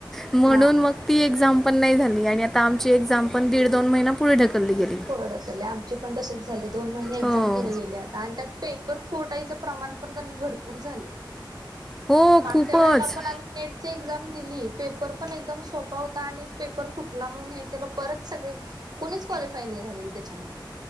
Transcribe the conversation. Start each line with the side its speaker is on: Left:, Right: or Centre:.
Centre: म्हणून
Right: हा
Centre: मग. ती एक्झाम पण नाही झाली, आणि आता आमची एक्झाम. पण दीड दोन महिना, पुढे ढकलली गेली
Right: पुढे ढकली आमची पण तसंच झाले, दोन महिने एक्झाम
Centre: हो
Right: पुढे गेले आता आणि त्यात. पेपर फुटायचं प्रमाण पण, कणी भरपूर झाले
Centre: हो
Right: मागच्या
Centre: खूपच
Right: वेळेला पण आम्ही. नेट ची एक्झाम दिली, पेपर पण एकदम सोपा होता. आणि पेपर फुटला म्हणून, परत सगळे कोणीच, क्वालिफाय नाही झाले तेच्यामध्ये.